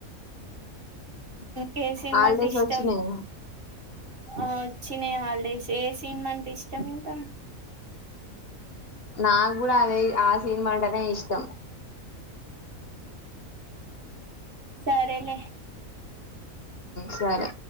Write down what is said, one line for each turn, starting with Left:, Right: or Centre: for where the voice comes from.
Right: ఇంకే సినిమా
Left: హాలిడేస్
Right: అంటే ఇష్టం
Left: వచ్చినయా
Right: ఆ వచ్చినా హాలిడేస్ ఏ సినిమా అంటే ఇష్టం ఇంకా
Left: నాకు కూడా అదే ఆ సినిమా అంటేనే ఇష్టం
Right: సరే లే
Left: సరే